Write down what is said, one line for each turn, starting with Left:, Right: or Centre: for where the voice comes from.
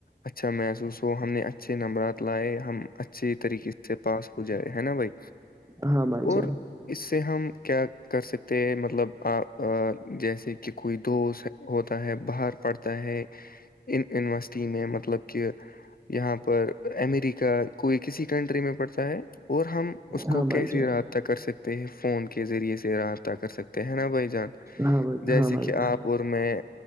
Left: اچھا محسوس ہو ہم نے اچھے نمبرات لائے ہم اچھے طریقے سے پاس ہو جائے ہے نا بھائی
Right: ہاں بھائی
Left: اور
Right: چ
Left: اس سے ہم کیا کر سکتے ہیں مطلب آ جیسے کہ کوئی دوست ہوتا ہے باہر پڑھتا ہے ان یونیورسٹی میں مطلب کہ یہاں پر امریکا کوئی کسی کنٹری میں پڑتا ہے اور ہم اس
Right: ہاں
Left: کو
Right: بھائی
Left: کیسے
Right: جان
Left: رابطہ کر سکتے ہیں فون کے ذریعے سے رابطہ کر سکتے ہیں نا بھائی جان
Right: ہاں بھائی
Left: جیسے
Right: ہاں بھائی
Left: کہ آپ ا میں